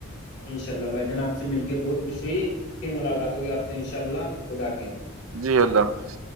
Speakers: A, on the left; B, on the right.
A: انشاء اللہ بھائی جان آپ سے مل کے بہت خوش ہوئی پھر ملاقات ہوگی آپ سے انشاء اللہ خدافظ
B: جی اللہ حافظ